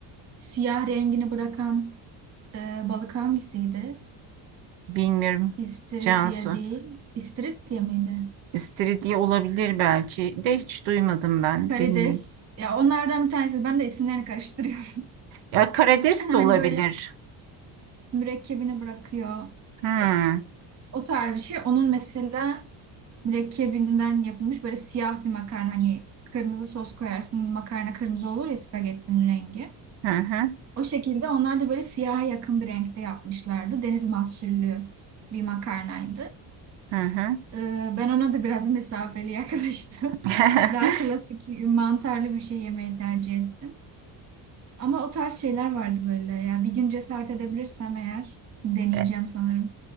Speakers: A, on the right; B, on the right.
A: Siyah rengini bırakan e, balık hangisiydi?
B: Bilmiyorum
A: İstiridye
B: Cansu.
A: değil. İstiridye miydi?
B: İstiridye olabilir belki de hiç duymadım ben.
A: Karides.
B: Bilmiyorum.
A: Ya onlardan bir tanesi. Ben de isimlerini karıştırıyorum.
B: Ya karides
A: <laughs> Hani
B: de olabilir.
A: böyle mürekkebini bırakıyor.
B: Hmm.
A: E, O tarz bir şey. Onun mesela mürekkebinden yapılmış böyle siyah bir makarna. Hani kırmızı sos koyarsın. Makarna kırmızı olur ya spagettinin rengi.
B: Hı hı.
A: O şekilde onlar da böyle siyaha yakın bir renkte yapmışlardı. Deniz mahsullü bir makarnaydı.
B: Hı hı.
A: Ee, ben ona da biraz mesafeli yaklaştım.
B: <laughs>
A: <laughs> Daha klasik mantarlı bir şey yemeyi tercih ettim. Ama o tarz şeyler vardı böyle ya. Bir gün cesaret edebilirsem eğer deneyeceğim
B: E,
A: sanırım.